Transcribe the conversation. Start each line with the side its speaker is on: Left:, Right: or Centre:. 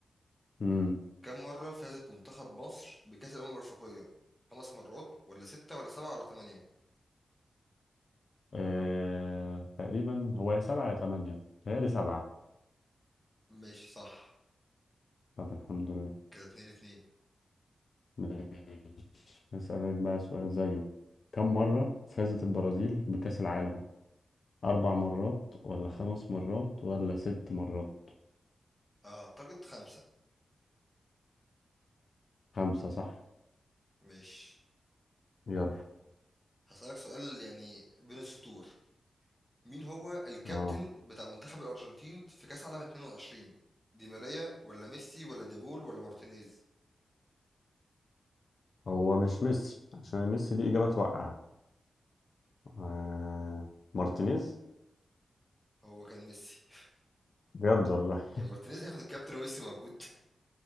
Left: مم.
Centre: كم مرة فازت منتخب مصر بكأس الأمم الأفريقية خمس مرات ولا ستة ولا سبعة ولا تمانية
Left: آه، تقريبا هو يا سبعة يا تمانية تهيألي سبعة
Centre: ماشي صح
Left: طب الحمد لله
Centre: كده اتنين اتنين
Left: ماشي هسألك بقى سؤال زيه كم مرة فازت البرازيل بكأس العالم أربع مرات ولا خمس مرات ولا ست مرات
Centre: أعتقد خمسة
Left: خمسة صح
Centre: ماشي
Left: يلا
Centre: هسألك سؤال يعني بين السطور مين هو الكابتن
Left: اه
Centre: بتاع منتخب الأرجنتين في كأس عالم 22 دي ماريا ولا ميسي ولا ديبول ولا مارتينيز
Left: هو مش ميسي عشان ميسي دي إجابة توقع آه. مارتينيز
Centre: هو كان ميسي
Left: بجد والله
Centre: <laughs> يعني مارتينيز هياخد الكابتن وميسي موجود <laughs>